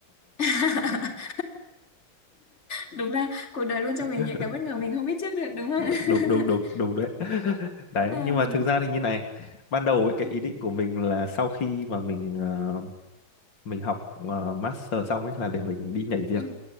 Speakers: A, on the left; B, on the left.
A: <laughs> Đúng là cuộc đời luôn cho
B: <laughs>
A: mình những cái bất ngờ mình không biết trước được đúng không?
B: đúng đúng
A: <laughs>
B: đúng đúng đấy <laughs> đấy
A: Ờm,
B: nhưng mà thực ra thì như này ban đầu ấy, cái
A: ờ,
B: ý định của mình là sau khi mà mình ờ, mình học ờ, master xong ấy là để mình đi nhảy việc
A: ừ.